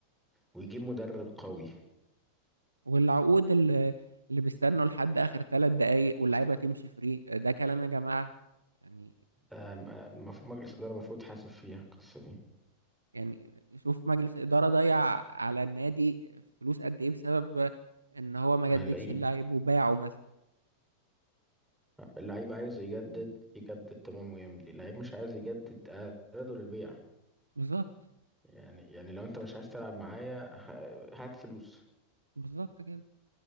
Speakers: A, in the centre; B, on the right.
A: ويجيب مدرب قوي
B: والعقود اللي, اللي بيستنوا لحد اخر ثلاث دقايق واللعيبه تمشي فري ده كلام يا جماعه يعني
A: آه، م- المفروض مجلس إدارة المفروض حاسب فيها القصة دي
B: يعني شوف مجلس اداره ضيع على النادي فلوس قد ايه بسبب ان هو ما جددش
A: ملايين
B: اللعيب وباعه مثلا
A: اللعيب عايز يجدد يجدد تمام ويمضي اللعيب مش عايز يجدد أعرضه للبيع
B: بالظبط
A: يعني يعني لو انت مش عايز تلعب معايا ه- هات فلوس
B: بالظبط كده